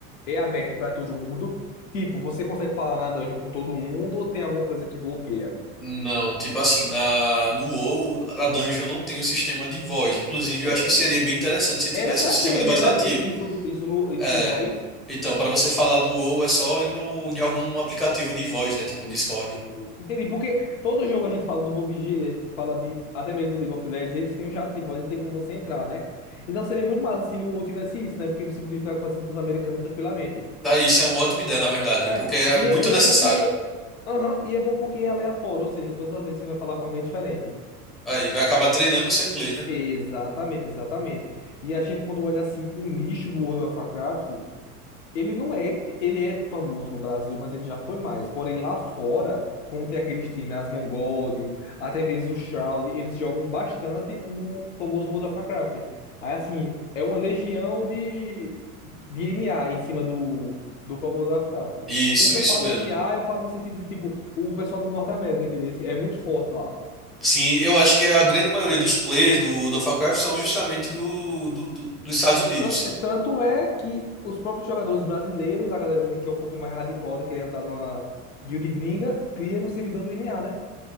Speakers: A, on the left (about 60°); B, in the centre.
A: é aberto para todo mundo. Tipo, você consegue falar na dungeon com todo mundo ou tem alguma coisa que bloqueia?
B: Não, tipo assim, na, no WoW, a dungeon não tem um sistema de voz. Inclusive,
A: Certo.
B: eu acho que seria bem interessante se tivesse
A: Era pra
B: um sistema
A: ter,
B: de voz
A: né? Era
B: nativo.
A: i- isso, do- isso, no, isso
B: É,
A: de voz.
B: Então, para você falar no WoW é só ir no, de algum aplicativo de voz, né?
A: Hum,
B: Tipo Discord.
A: hum. Entendi, porque todo jogo a gente fala do PUBG, a gente fala de até mesmo League of Legends, eles têm um chat de voz e tem como você entrar, né? Então seria muito massa se no outro tivesse isso, né? Porque você poderia ficar conversando com os americanos tranquilamente.
B: Tá, isso é uma ótima ideia, na verdade, viu?
A: É,
B: Porque é muito
A: e é bom
B: necessário.
A: porque. Aham, e é bom porque é aleatório, ou seja, todas as vezes você vai falar com alguém diferente.
B: Aí, vai acabar treinando o seu inglês, né?
A: Exatamente, exatamente. E a gente, quando olha assim, o nicho do World of Warcraft. Ele não é, ele é famoso no Brasil, mas ele já foi mais. Porém, lá fora, como tem aqueles times, as Mongod, até mesmo o Shroud, eles jogam bastante o famoso World of Warcraft. Aí, assim, é uma legião de, de N A em cima do, do próprio World of Warcraft.
B: Isso,
A: O que eu
B: isso
A: falo
B: mesmo.
A: N A eu falo no sentido de, tipo, o pessoal da Norte América, entendeu? É muito forte lá.
B: Sim, eu acho que a grande maioria dos players do, do Warcraft são justamente do, do- do- dos Estados Unidos.
A: Tan- é- Tanto é que os próprios jogadores brasileiros, a galera que é um pouquinho mais hardcore, que é andar numa guild gringa, cria no servidor do N A né?